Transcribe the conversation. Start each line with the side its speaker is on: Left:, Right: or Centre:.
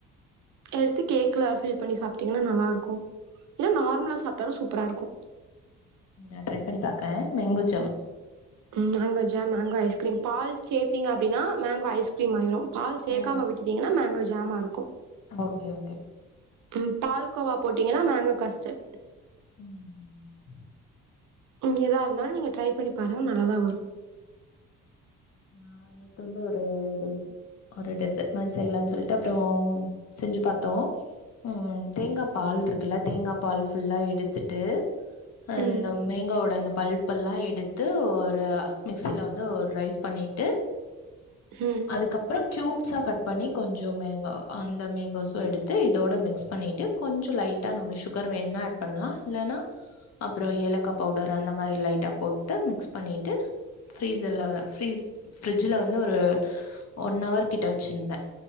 Right: எடுத்து கேக்ல ஃபில் பண்ணி சாப்பிட்டீங்ன்னா நல்லா இருக்கோ இல்ல நார்மலா சாப்பிட்டாலூ சூப்பரா இருக்கோ
Left: நா ட்ரை பண்ணி பாக்குறே மேங்கோ ஜாம்
Right: ம் மேங்கோ ஜாம் மேங்கோ ஐஸ்கிரீம் பால் சேத்தீங்க அப்படின்னா மேங்கோ ஐஸ்கிரீம் ஆயிரும் பால் சேக்காம
Left: ம்
Right: விட்டுட்டிங்ன்னா மேங்கே ஜாம்மா இருக்கோ
Left: ஓகே ஓகே
Right: ம் பால்கோவா போட்டீங்கன்னா மேங்கோ கஸ்டர்ட்
Left: ம்
Right: நீங்க எதா இருந்தாலூ நீங்க ட்ரை பண்ணி பாருங்க நல்லாதா வரூ
Left: ஆ நேத்து வந்து ஒரு இது ஒரு டெசர்ட் மாதிரி செய்யலாம்னு சொல்லிட்டு அப்புறோ செஞ்சு பார்த்தோ ம் தேங்காய் பால் இருக்குல்ல தேங்காய் பால் ஃபுல்லா எடுத்துட்டு அ
Right: ம்
Left: இந்த மேங்காவோட அந்த பல்ப் எல்லா எடுத்து ஒரு மிக்சியில ல ஒரு ரைஸ் பண்ணிட்டு
Right: ம்
Left: அதுக்கப்புறம் கியூப்ஸா கட் பண்ணி கொஞ்சொ மேங்க அந்த மேங்கோஸும் எடுத்து இதோடு மிக்ஸ் பண்ணிட்டு கொஞ்சொ லைட்டா நம்ம சுகர் வேணும்னா ஆட் பண்ணலாம் இல்லன்னா அப்புறோ ஏலக்கா பவுடர் அந்த மாதிரி லைட்டா போட்டு மிக்ஸ் பண்ணிட்டு ஃப்ரீசரர்ல்ல வர ஃபீரீஸ் ஃப்ரிட்ஜல வந்து ஒரு ஒன் ஹவர் கிட்ட வச்சிருந்தே